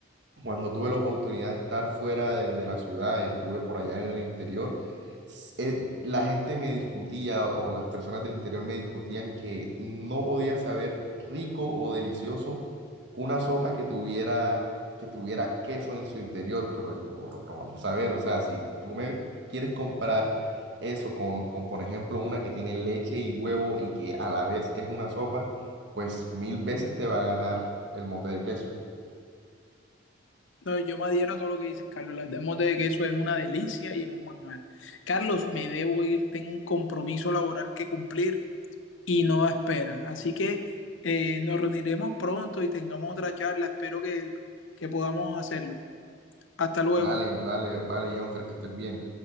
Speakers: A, on the right; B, on the left.
A: cuando tuve la oportunidad de estar fuera de, de la ciudad, estuve por allá en el interior, s- eh, la gente me discutía o las personas del interior me discutían que no podía saber rico o delicioso una sopa que tuviera, que tuviera queso en su interior. Pero yo, bueno, pero vamos a ver, o sea, si tú me quieres comprar eso con, con, por ejemplo, una que tiene leche y huevo y que a la vez es una sopa, pues mil veces te va a ganar el mote de queso.
B: No, yo me adhiero a todo lo que dices, Carlos. Las demos de queso es una delicia y es un manjar. Carlos, me debo ir, tengo un compromiso laboral que cumplir y no da espera. Así que eh, nos reuniremos pronto y tengamos otra charla. Espero que, que podamos hacerlo. Hasta luego.
A: Vale, vale, vale, Jonfer, que estés bien.